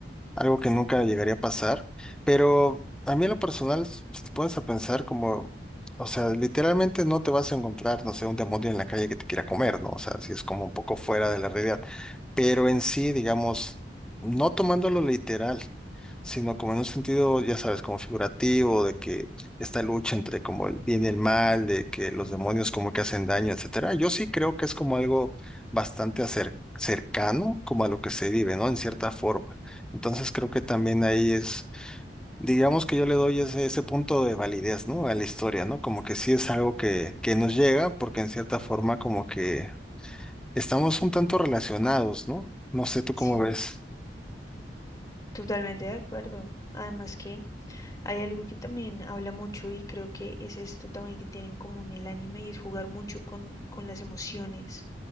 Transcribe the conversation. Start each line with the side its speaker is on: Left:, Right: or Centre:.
Centre: algo que nunca llegaría a pasar, pero a mí en lo personal, s- si te pones a pensar como, o sea, literalmente no te vas a encontrar, no sé, un demonio en la calle que te quiera comer, ¿no? O sea, si es como un poco fuera de la realidad, pero en sí, digamos, no tomándolo literal, sino como en un sentido, ya sabes, como figurativo, de que esta lucha entre como el bien y el mal, de que los
Left: Ujú,
Centre: demonios
Left: ujú,
Centre: como que hacen daño, etcétera, yo sí creo que es como algo bastante acer- cercano como a lo que se vive, ¿no? En cierta forma. Entonces creo que también ahí es, digamos que yo le doy ese, ese punto de validez, ¿no? A la historia, ¿no? Como que sí es algo que, que nos llega, porque en cierta forma como que estamos un tanto relacionados, ¿no? No sé tú cómo
Left: sí,
Centre: ves.
Left: totalmente de acuerdo. Además que Hay algo que también habla mucho y creo que es esto también que tiene en común el anime y es jugar mucho con, con las emociones